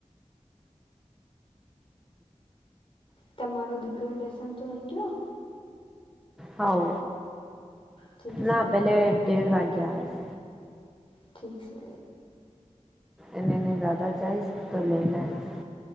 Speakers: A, on the left; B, in the centre.
A: તમારો દીકરો લેસન તોઈ ગયો?
B: હોવ.
A: ઠીક
B: ના
A: છે
B: પેલે દેઢ વાગે આવે સ.
A: ઠીક સે.
B: એને-એને દાદા જાઈશ તો લેઈ ને આયેશ.